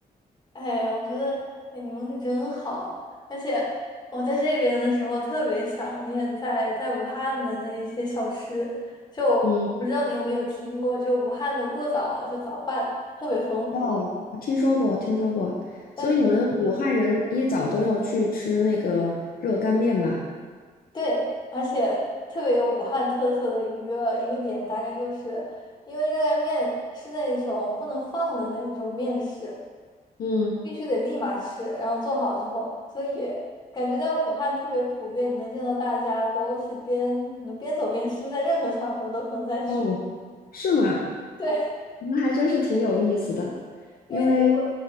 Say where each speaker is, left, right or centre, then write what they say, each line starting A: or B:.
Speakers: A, on the left; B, on the left.
A: 哎，我觉得，哎，你们可真好，而且我在这边的时候特别想念在在武汉的那些小吃，就我不知道你有没有听过，
B: 嗯，
A: 就武汉的过早就早饭特别丰富，
B: 哦，听说过，听说过。
A: 但是，
B: 所以你们武汉人一早都要去吃那个热干面吗？
A: 嗯，对，而且特别有武汉特色的一个一个点，大概就是因为热干面是那种不能放的那种面食，
B: 嗯。
A: 必须得立马吃，然后做好之后，所以感觉在武汉特别普遍，你能见到大家都是边可能边走边吃，在任何场合都可能在吃。
B: 哦，
A: <laughs>
B: 是吗？
A: 对，
B: 那还真是挺有意思的，
A: 因为你如果
B: 因为，